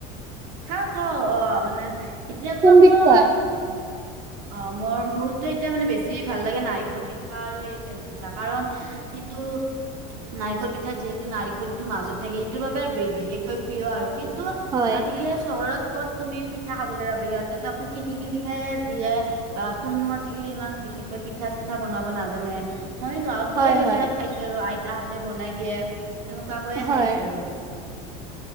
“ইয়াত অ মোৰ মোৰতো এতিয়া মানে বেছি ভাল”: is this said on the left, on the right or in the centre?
Right